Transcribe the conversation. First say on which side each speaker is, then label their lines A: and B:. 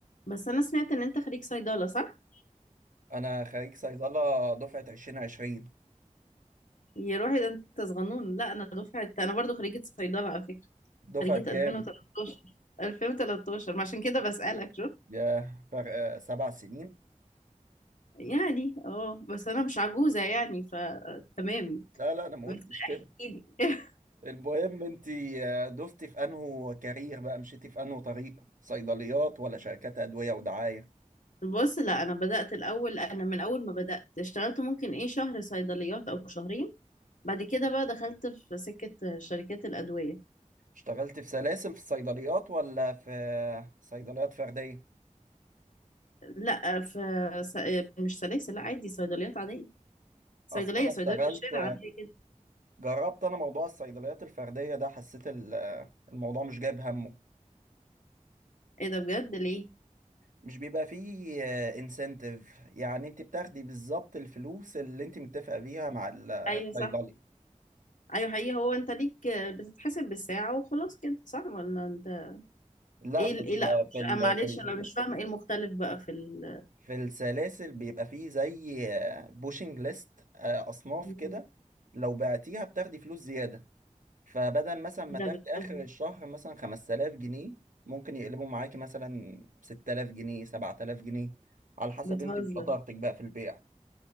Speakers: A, on the left (about 80°); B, on the right (about 85°).
A: بس انا سمعت ان انت خريج صيدله صح
B: انا خريج صيدله دفعه 2020
A: يا روحي ده انت صغنون لا انا دفعت انا برضو خريجه صيدله على فكره
B: دفعه
A: خريجه
B: كام
A: 2013 2013 ما عشان كده بسالك شو
B: يا فرق سبع سنين
A: يعني اه بس انا مش عجوزه يعني فتمام
B: لا لا انا ما
A: بس
B: قلتش كده
A: احكي لي <laughs>
B: المهم انت آه، دوستي في انهو كارير بقى مشيتي في انهو طريق صيدليات ولا شركات ادويه ودعايه
A: بص لا انا بدات الاول انا من اول ما بدات اشتغلت ممكن ايه شهر صيدليات او شهرين بعد كده بقى دخلت في سكه شركات الادويه
B: اشتغلت في سلاسل في الصيدليات ولا في صيدليات فرديه
A: لا في س- مش سلاسل لا عادي صيدليات عاديه صيدلية
B: اصلا انا
A: صيدلية
B: اشتغلت
A: في الشارع عادية جدا
B: جربت انا موضوع الصيدليات الفرديه ده حسيت ال- الموضوع مش جايب همه
A: ايه ده بجد ليه
B: مش بيبقى فيه انسنتيف يعني انت بتاخدي بالظبط الفلوس اللي انت متفقه بيها مع الصيدلي
A: ايوه صح ايوه حقيقي هو انت ليك بتتحسب بالساعة وخلاص كده صح ولا انت
B: لا
A: ايه
B: في
A: ال-
B: ال
A: ايه لا مش
B: في ال
A: آه، معلش
B: في ال
A: انا مش فاهمة ايه المختلف بقى في ال
B: في السلاسل بيبقى فيه زي بوشنج ليست اصناف
A: مم.
B: كده لو بعتيها بتاخدي فلوس زياده فبدل مثلا ما
A: إيه ده
B: تاخدي اخر
A: بتهزر
B: الشهر مثلا 5000 جنيه ممكن يقلبوا معاكي مثلا 6000 جنيه 7000 جنيه على حسب
A: بتهزر
B: انت وشطارتك بقى في البيع